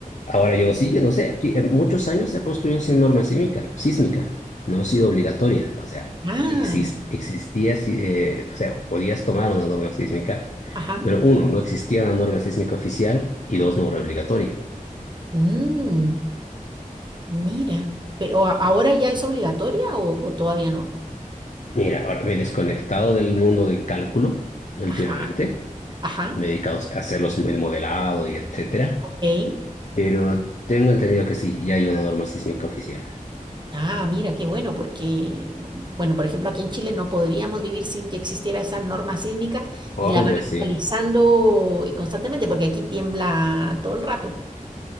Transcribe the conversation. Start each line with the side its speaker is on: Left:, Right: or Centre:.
Left: ahora yo no sé, yo no sé, aquí en muchos años se ha construido sin norma sísmica, sísmica, no ha sido obligatoria, o sea,
Right: ah,
Left: exist, existía, sí, eh, o sea, podías tomar una norma sísmica,
Right: ajá,
Left: pero uno, no existía una norma sísmica oficial y dos, no era obligatoria.
Right: mm, mira, pero a- ahora ya es obligatoria o, o todavía no?
Left: Mira, ahora me he desconectado del mundo del cálculo últimamente,
Right: Ajá, ajá,
Left: me he dedicado a hacer los, el modelado y etcétera,
Right: ok,
Left: pero tengo entendido que sí, ya hay una norma sísmica oficial.
Right: Ah, mira, qué bueno, porque, bueno, por ejemplo, aquí en Chile no podríamos vivir sin que existiera esa norma sísmica
Left: Hombre,
Right: y la van actualizando
Left: sí.
Right: eh, constantemente, porque aquí tiembla todo el rato.